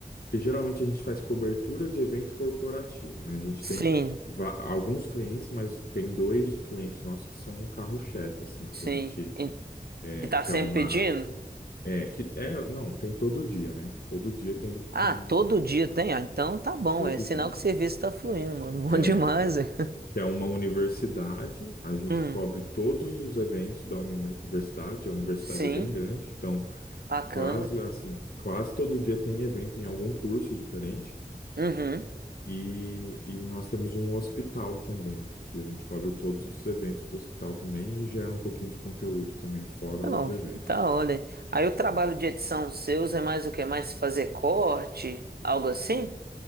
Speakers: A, on the left; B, on the right.
A: porque geralmente a gente faz cobertura de evento corporativo, né? A gente
B: Sim,
A: tem va- alguns clientes, mas tem dois clientes nossos que são um carro-chefe, assim,
B: sim.
A: que a gente,
B: E,
A: é,
B: e tá
A: que
B: sempre
A: é uma
B: pedindo?
A: é, que é, não, tem todo dia, né? Todo dia tem,
B: Ah,
A: tem,
B: todo dia tem? Ah, então tá bom,
A: todo
B: é sinal
A: dia.
B: que o serviço tá fluindo, mano. <laughs>
A: É,
B: Bom demais, é.
A: que é uma universidade, a gente
B: Hum,
A: cobre todos os eventos da universidade, a universidade
B: sim,
A: é bem grande, então
B: bacana.
A: quase assim, quase todo dia tem evento em algum curso diferente.
B: Uhum.
A: E, e nós temos um hospital também, que a gente cobre todos os eventos do hospital também e gera um pouquinho de conteúdo também fora
B: Não,
A: os eventos.
B: tá olha. Aí o trabalho de edição seus é mais o quê? Mais fazer corte, algo assim?